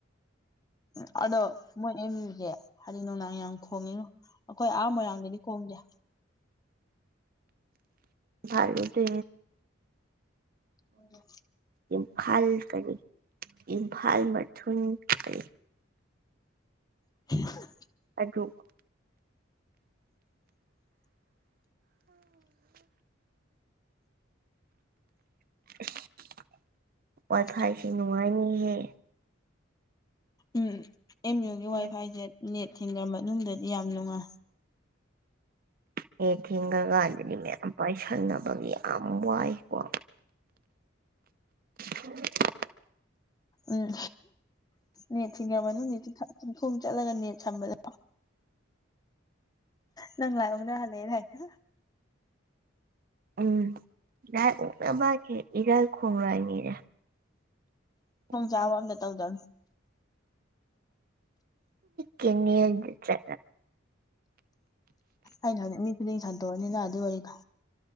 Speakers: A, on the left (about 20°); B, on the right (about 45°).
A: ꯎ ꯑꯗꯣ ꯃꯣꯏ ꯑꯦꯝ ꯌꯨꯁꯦ ꯍꯥꯏꯗꯤ ꯅꯨꯡꯗꯥꯡ ꯌꯥꯝ ꯈꯣꯡꯉꯤꯉꯣ ꯑꯩꯈꯣꯏ ꯑꯍꯥ ꯃꯣꯏꯔꯥꯡꯗꯗꯤ ꯀꯝꯗ
B: ꯏꯕ ꯇ
A: ꯑꯣ
B: ꯏꯝꯐꯥꯜ ꯀꯔꯤ ꯏꯝꯐꯥꯜ ꯃꯊꯟ ꯀꯔꯤ
A: ꯍ
B: ꯑꯗꯨ <inaudible> ꯋꯥꯏ
A: ꯑ
B: ꯐꯥꯏꯁꯦ ꯅꯨꯡꯉꯥꯏꯅꯤꯍꯦ
A: ꯎꯝ ꯑꯦꯝ ꯌꯨꯒꯤ
B: ꯅꯦꯠ
A: ꯋꯥꯏ ꯐꯥꯏꯁꯦ ꯅꯦꯠ ꯊꯤꯡꯅꯝꯕ ꯃꯅꯨꯡꯗꯗꯗꯤ ꯌꯥꯝ ꯅꯨꯡꯉꯥꯏ
B: ꯍ ꯊꯦꯡꯉꯀꯥꯟꯗꯗꯤ ꯃꯌꯥꯝ ꯄꯥꯏꯁꯟꯅꯅꯕꯒꯤ ꯌꯥꯝ ꯋꯥꯏꯀꯣ <inaudible>
A: ꯎꯝ ꯅꯦꯠ ꯊꯤꯡꯉꯕꯅ ꯆꯤꯡꯈꯣꯡ ꯆꯠꯂꯒ ꯅꯦꯠ ꯁꯝꯕꯗ ꯅꯪ ꯂꯥꯛꯌꯡꯅ ꯍꯂꯦ ꯍꯥꯏꯅ
B: ꯎꯝ ꯌꯥ ꯎ ꯃꯥꯦ ꯏꯔ ꯈꯣꯡꯔꯅꯤꯔꯦ ꯑꯣ
A: ꯌꯥꯕ ꯑꯃ ꯅ ꯇꯧꯗ
B: ꯀꯅꯤ ꯆ
A: ꯑꯩꯅꯅꯤ ꯃꯤꯕꯨꯗꯤ ꯁꯟꯗꯣꯛꯑꯅꯤ ꯂ ꯑꯗꯨ ꯋꯥꯔꯤꯗ